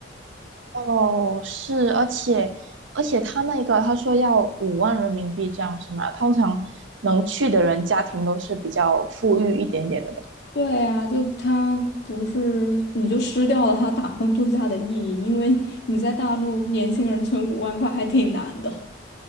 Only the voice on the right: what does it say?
哦，是，而且而且他那个他说要五万人民币这样是吗？通常能去的人家庭都是比较富裕一点点的吧。